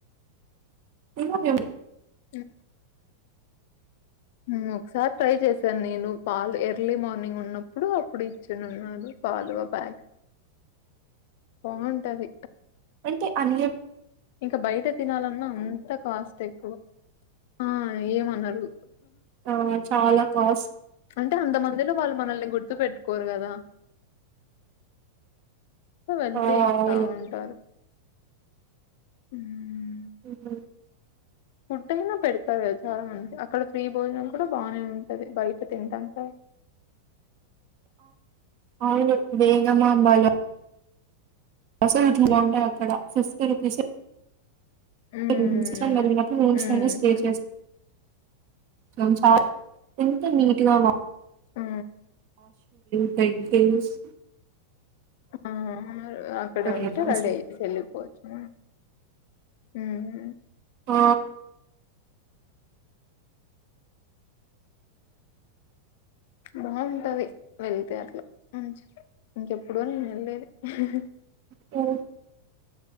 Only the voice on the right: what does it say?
ఏమో నండి
అంటే అన్యం
ఆ చాలా కాస్
ఆ
అవును
ఊహ్మ్
<inaudible> అవును వేగమాంబాల అస రుచి బాగుంటయ్ అక్కడ ఫిఫ్టీ రుపీసే
రూమ్స్ మ రూమ్స్
ఐనా స్టే చేస్ చాలా ఎంత నీట్గా
విక్టీమ్స్
అయితే
అసలు
ఆ <inaudible>
ఓ